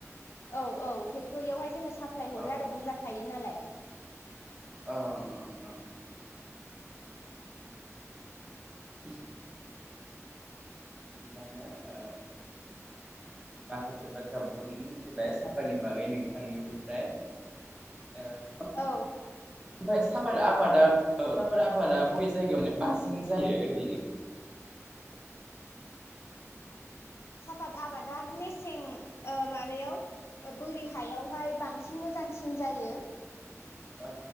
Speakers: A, on the left; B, on the right.
A: औ औ फेक्ट'रियावहाय जोङो साप्लाय हरो
B: ओ
A: आरो बुरजाखायो नालाय। <inaudible>
B: ओं ओ ओ ओम। <unintelligible> थिगानो ओ माखासे बाथ्रा बहुत मिनथिबाय सापातनि बागै नोंथांनिफ्राय ओ <inaudible>
A: औ।
B: ओमफ्राय साफार आबादा साफाय आबादा बबे जायगायावनो बांसिन जायो ओरैनो? <inaudible>
A: साफात आबादा मेसें ओ माबायाव बोरि हायावहाय बांसिन मोजांसिन जायो।
B: ओ